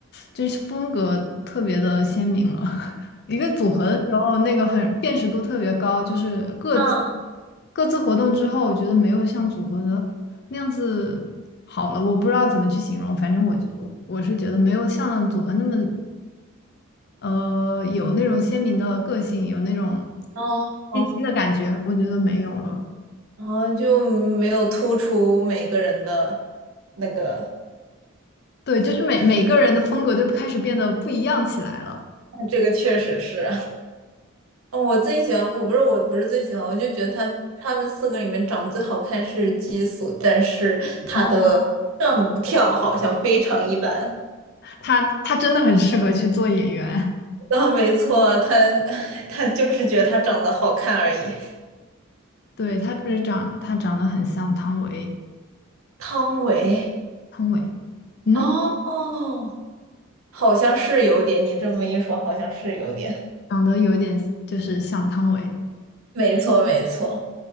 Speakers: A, on the left; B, on the right.
A: 就是风格特别的鲜明了。<laughs> 一个组合的时候，那个很辨识度特别高，就是各自
B: 啊
A: 各自活动之后，我觉得没有像组合的那样子好了。我不知道怎么去形容，反正我觉我是觉得没有像组合那么呃有那种鲜明的个性，有那种
B: 哦哦，
A: 立精的感觉，我觉得没有了。
B: 然后就没有突出每个人的那个，
A: 对，就是每每个人的风格就开始变得不一样起来了。
B: 这个确实是，哦，我最喜欢，我不是我不是最喜欢，我就觉得他他们四个里面长得最好看是激素，但是他的上跳好像非常一般。
A: 啊，他他真的很适合去做演员。
B: 啊，没错，他 <sighs> 他就是觉得他长得好看而已。
A: 对，他不是长，他长得很像汤唯，
B: 汤唯，
A: 汤唯，嗯，
B: 哦哦，好像是有点，你这么一说，好像是有点。
A: 长得有点就是像汤唯。
B: 没错，没错。